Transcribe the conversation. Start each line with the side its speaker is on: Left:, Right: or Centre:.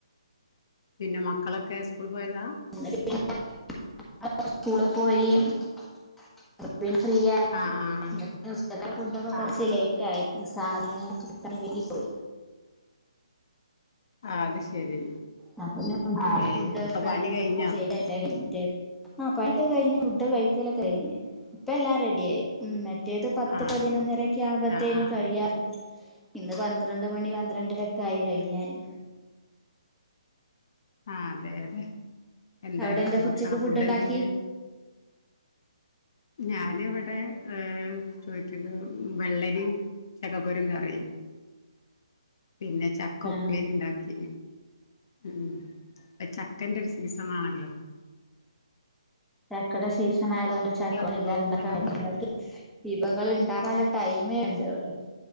Left: പിന്നെ മക്കളൊക്കെ സ്കൂൾ പോയതാ?
Centre: <unintelligible> സ്കൂളിൽ പോയി. <unintelligible> ഫ്രീയാ
Left: ആഹ്
Centre: <unintelligible>
Left: ആഹ്
Centre: ഫുഡൊക്കെ കൊറച്ച് ലേറ്റായി സാധനങ്ങൾക്ക്‌ <unintelligible> വെളിപോയി
Left: ആ അത് ശരി
Centre: അ അപ്പൊ പിന്നെ ആഹ് ശരി
Left: ഏയ്
Centre: ഫുഡ്
Left: ഇപ്പൊ
Centre: കാര്യങ്ങളൊക്കെ
Left: പണി കഴിഞ്ഞോ
Centre: കൊറച്ച് ലേറ്റായിട്ട കഴിഞ്ഞത്. <unintelligible> ആഹ് പണിക്കൊ കഴിഞ്ഞു ഫുഡ്‌ കഴി ക്കല കഴിഞ്ഞ് ഇപ്പ എല്ലാം റെഡിയായി ഉം നെ മറ്റേത് പത്ത്
Left: ആഹ്
Centre: പതിനൊന്നരയൊക്കെ
Left: അത് ശരി
Centre: ആവുമ്പത്തേനും
Left: ആഹ് ആഹ്
Centre: കഴിയാറാ ഇന്ന് പന്ത്രണ്ട് മണി പന്ത്രണ്ടര കൈ കഴിയാന്
Left: ആഹ് ആഹ് അതെ അതെ എന്തായന്
Centre: അവിടെ എന്താ
Left: ഭക്ഷണം
Centre: ഉച്ചക്ക്
Left: ഫുഡ്
Centre: ഉണ്ടാക്കി
Left: എന്തായന് ഞാനിവിടെ ആഹ് ചോറ്റുന്ന വെള്ള <unintelligible> ചക്കക്കുരും കറിയും പിന്നെ ചക്ക
Centre: ആ
Left: ഉപ്പേരി ഉണ്ടാക്കി ഉം അ ചക്കന്റെ ഒരു സീസൺ ആണല്ലോ
Centre: ചക്കട സീസൺ ആയത് കൊണ്ട് ചക്ക
Left: വിഭവങ്ങളാണ്
Centre: എല്ലാം <unintelligible> വിഭവങ്ങള് ഇണ്ടാക്കാൻള്ള ടൈമേ വേണ്ടിയൊള്ളു